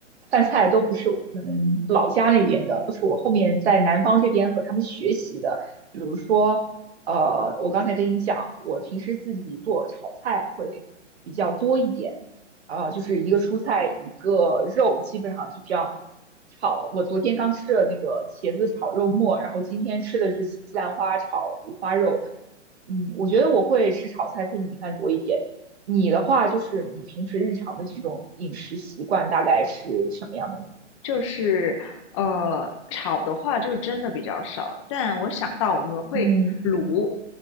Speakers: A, on the right; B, on the left.
A: 饭菜都不是我们老家那边的，都是我后面在南方这边和他们学习的。比如说，呃，我刚才跟你讲，我平时自己做炒菜会比较多一点。啊，呃就是一个蔬菜一个肉，基本上就这样炒。我昨天刚吃了那个茄子炒肉末，然后今天吃的是西兰花炒五花肉。嗯，我觉得我会吃炒菜配米饭多一点。你的话，就是你平时日常的这种饮食习惯大概是什么样的呢
B: 就是，呃，炒的话就真的比较少，但我想到我们会卤，
A: 嗯